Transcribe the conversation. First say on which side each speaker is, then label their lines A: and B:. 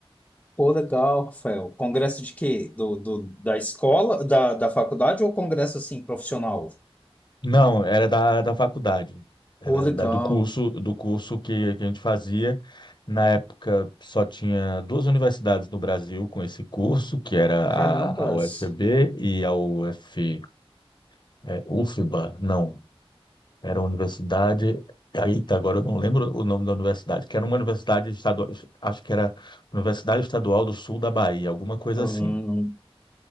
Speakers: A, on the left; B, on the left.
A: pô, legal, Rafael. Congresso de quê? Do, do, da escola, da, da faculdade ou congresso, assim, profissional?
B: Não, era da, da faculdade, era
A: Pô, legal.
B: da- do curso do curso que, que a gente fazia. Na época só tinha duas universidades no Brasil com esse curso, que era
A: Carambas.
B: a, a UFB e a UF, é, UFBA, não. Era uma universidade. Aí, agora eu não lembro o nome da universidade, que era uma universidade estadual, acho que era Universidade Estadual do Sul da Bahia, alguma coisa
A: Hum.
B: assim.